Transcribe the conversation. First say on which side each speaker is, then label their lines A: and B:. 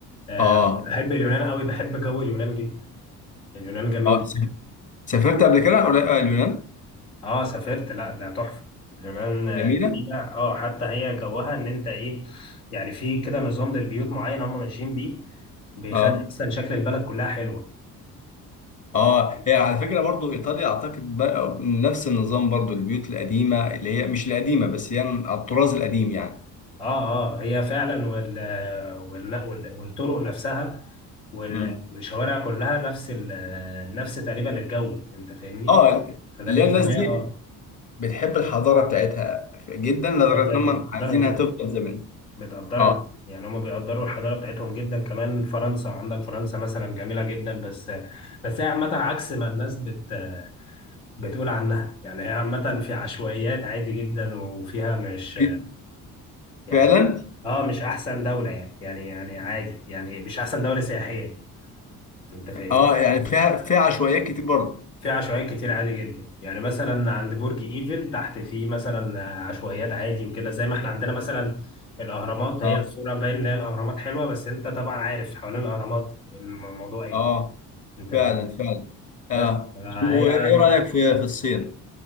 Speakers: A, on the left; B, on the left.
A: آه،
B: اه
A: بحب اليونان قوي بحب جو اليونان جدا اليونان جميل
B: اه
A: جدا
B: سف- سافرت قبل كده قر- آه، اليونان
A: اه سافرت لا ده تحفه اليونان آه،
B: جميله
A: جميله اه حتى هي جوها ان انت ايه يعني في كده نظام للبيوت معين هم ماشيين بيه بيخلي
B: اه
A: اصلا شكل البلد كلها حلوه
B: اه
A: فاهمني؟
B: هي على فكره برضو ايطاليا اعتقد بقى نفس النظام برضو البيوت القديمه اللي هي مش القديمه بس يعني على الطراز القديم يعني
A: اه اه هي فعلا وال وال وال- والطرق نفسها وال-
B: مم.
A: والشوارع كلها نفس ال... نفس تقريبا الجو انت فاهمني
B: اه
A: فده
B: اللي
A: بيخليها
B: هي الناس دي
A: اه
B: بتحب الحضاره بتاعتها جدا لدرجه
A: بيقدرها
B: ان هم عايزينها
A: جدا
B: تفضل زي ما هي
A: بتقدرها
B: اه
A: جداً. يعني هم بيقدروا الحضاره بتاعتهم جدا كمان فرنسا عندك فرنسا مثلا جميله جدا بس بس هي عامه عكس ما الناس بت بتقول عنها يعني هي عامه في عشوائيات عادي جدا وفيها مش
B: في
A: يعني
B: فعلا
A: اه مش احسن دوله يعني يعني يعني عادي يعني مش احسن دوله سياحيه انت فاهمني
B: اه يعني فيها فيها عشوائيات كتير برضه
A: في عشوائيات كتير عادي جدا يعني مثلا عند برج ايفل تحت في مثلا عشوائيات عادي وكده زي ما احنا عندنا مثلا الاهرامات
B: اه
A: هي الصوره باين ان هي الاهرامات حلوه بس انت طبعا عارف حوالين الاهرامات الم- الموضوع ايه
B: اه
A: انت
B: فعلا
A: فاهم
B: فعلا
A: بس
B: اه
A: هي
B: وايه
A: لا
B: رايك في في الصين؟